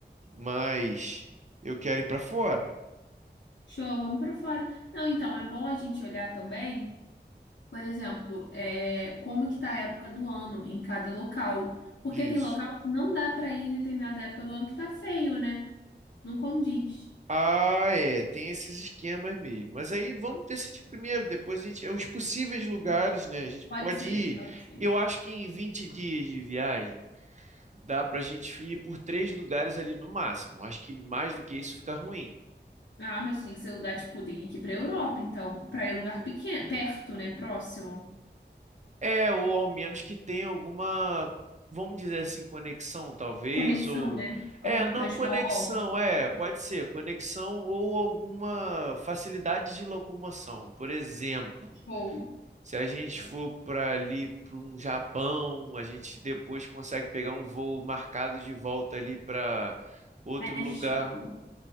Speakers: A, on the right (about 40°); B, on the left (about 75°).
A: mas eu quero ir para fora
B: Show, vamos para fora. Não, então, é bom a gente olhar também, por exemplo, é, como que tá a época do ano em cada local. Porque
A: disso.
B: tem local que não dá para ir em determinada época do ano que tá feio, né? Não condiz.
A: Ah, é, tem esses esquemas mesmo. Mas aí vamos decidir primeiro, depois a gente. é Os possíveis lugares, né? A gente
B: Pode
A: pode
B: ser,
A: ir.
B: pode ser.
A: Eu acho que em 20 dias de viagem dá pra gente ir por três lugares ali no máximo. Acho que mais do que isso fica ruim.
B: Ah, mas tem que ser lugar, tipo, tem que ir pra Europa, então. Pra ir lugar pequeno, perto, né? Próximo.
A: É, ou ao menos que tenha alguma, vamos dizer assim, conexão, talvez,
B: Conexão,
A: ou.
B: né? Algum
A: É, não
B: transporte,
A: conexão, é, pode ser, conexão ou alguma facilidade de locomoção. Por exemplo.
B: ou
A: Se a gente for para ali para um Japão, a gente depois consegue pegar um voo marcado de volta ali para outro
B: México.
A: lugar.